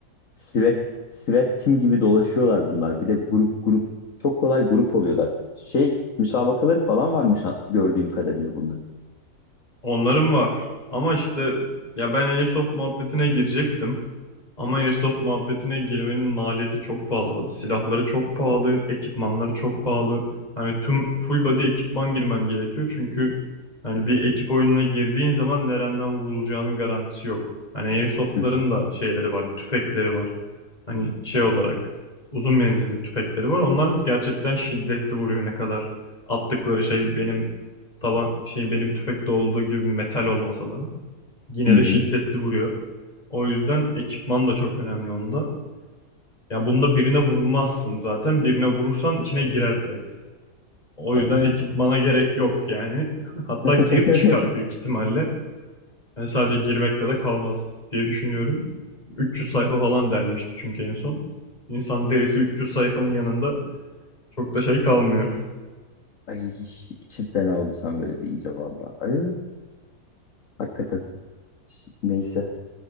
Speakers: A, on the left (about 60°); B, on the left (about 25°).
A: sivet sivet tim gibi dolaşıyorlar bunlar. Bir de grup grup çok kolay grup oluyorlar. Şey müsabakaları falan varmış ha- gördüğüm kadarıyla bunların.
B: Onların var. Ama işte ya ben Airsoft muhabbetine girecektim. Ama Airsoft muhabbetine girmenin maliyeti çok fazla. Silahları çok pahalı, ekipmanları çok pahalı. Hani tüm full body ekipman girmen gerekiyor. Çünkü hani bir ekip oyununa girdiğin zaman nereden vurulacağının garantisi yok. Hani Airsoft'ların
A: Hı hı.
B: da şeyleri var, tüfekleri var. Hani şey olarak uzun menzilli tüfekleri var. Onlar gerçekten şiddetli vuruyor. Ne kadar attıkları şey benim Taban şey benim tüfekte olduğu gibi metal olmasa da yine
A: Hı hı.
B: de şiddetli vuruyor. O yüzden ekipman da çok önemli onda. Yani bunda birine vurmazsın zaten. Birine vurursan içine girer direkt. O yüzden
A: Ay
B: ekipmana gerek yok yani. <laughs> Hatta
A: <laughs>
B: girip çıkar büyük ihtimalle. Yani sadece girmekte de kalmaz diye düşünüyorum. 300 sayfa falan delmişti çünkü en son. İnsan derisi 300 sayfanın yanında çok da şey kalmıyor. <laughs>
A: Ay içim fena oldu sen böyle deyince valla. Ay, Hakikaten. Ş- Neyse.